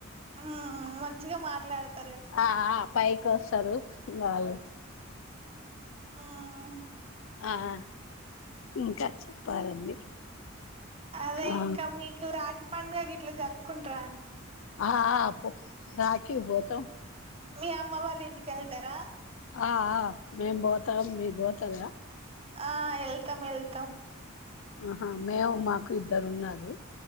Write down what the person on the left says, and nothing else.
ఆహ్ పై కోస్తా. సారు వాళ్లు
ఆహ్ ఇంకా చెప్పాలండి.
ఆ
ఆహ్ ఆహ్ పో. రాఖీ పోతాం.
ఆహ్. మేం పోతాం మీరు పోతార.
ఆహా మేము మాకు ఇద్దరు ఉన్నారు.